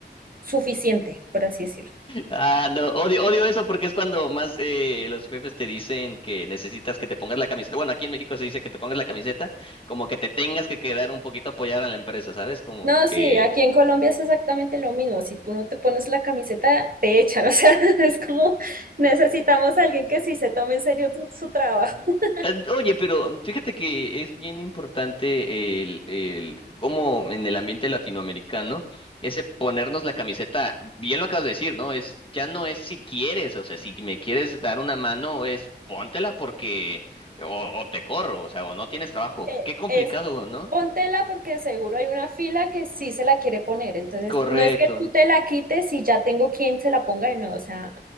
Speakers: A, on the right; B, on the left.
A: suficiente, por así decirlo.
B: Ah, no, odio, odio eso porque es cuando más eh, los jefes te dicen que necesitas que te pongas la camiseta. Bueno, aquí en México se dice que te pongas la camiseta, como que te tengas que quedar un poquito a apoyar a la empresa, ¿sabes? Como
A: No,
B: que
A: sí, aquí en Colombia es exactamente lo mismo. Si tú no te pones la camiseta, te echan. <laughs> O sea, es como necesitamos a alguien que sí se tome en serio tu- su trabajo. <laughs>
B: Ah, Oye, pero mm, fíjate que es bien importante el, el cómo en el ambiente latinoamericano, ese ponernos la camiseta, bien lo acabas de decir, ¿no? Es, ya no es si quieres, o sea, si me quieres dar una mano, es póntela porque, o, o te corro, o sea, o no tienes trabajo.
A: Eh,
B: Qué complicado,
A: es
B: ¿no?
A: póntela porque seguro hay una fila que sí se la quiere poner. Entonces,
B: Correcto.
A: no es que tú te la quites y ya tengo quien se la ponga de nuevo. O sea,